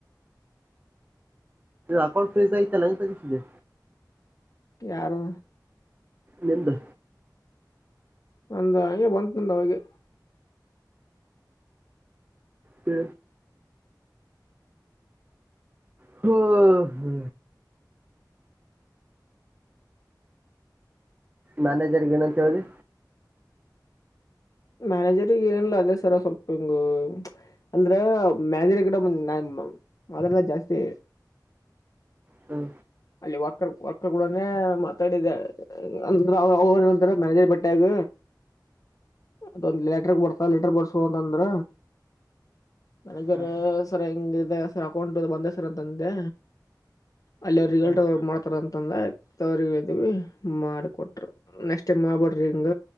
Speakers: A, on the right; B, on the left.
A: ಅಕಲ್ಫ್ರೀಜ ಇಲ್ಲಿಸಿ
B: ಯಾರು
A: ನಿಿಂದ
B: ಒಂದ ಹಗೆ ಬಂತಂದ ಅವೆ
A: ಹ್ಮ ಹ್ಮ ಹಾ ಮ್ಯಾನೇಜರ್ಗೆ ಏನಂತ ಹೇಳ್ದಿ
B: ಮ್ಯಾನೇಜರ್ಗ ಏನ್ಲ ಅದೇ ಸರ ಸ್ವಲ್ಪ ಹಿಂಗ ಅಂದ್ರ ಮ್ಯಾನೇಜರ್ ಕಡಂದ್ ಮಾದಲ್ಲ ಜಾಸ್ತಿ
A: ಹ್ಮ
B: ಅಲ್ಲಿ ವಾಕರ್ ವಾಕರ್ ಕೂಡ ಮಾತಾಡಿದ್ದ ಅಂದಂತ ಮ್ಯಾನೇಜರ್ ಬಟ್ಟೆಗ ಅದೊಂದು್ ಲೆಟರ್ ಬರ್ತಾ ಲೆಟರ್ ಬರ್ಸುವ ಅಂತಂದ್ರ ಮ್ಯಾನೇಜರ್
A: ಹ್ಮ್
B: ಸರ್ ಹೆಂಗ ಸರ್ ಅಕೌಂಟ್ ಬಂದೆ ಸರ್ ಅಂತಂದೆ ಅಲ್ಲಿ ಅವರು ರಿಸಲ್ಟ್
A: ಹ್ಮ್
B: ಮಾಡ್ತಾರ ಅಂತಂದ್ರವ್ರವಿ ಮಾಡಿಿಕೊಟ್ರ ನೆಕ್ಸ್ಟ್ ಮಾಬಿಡ್ರಿಂಗ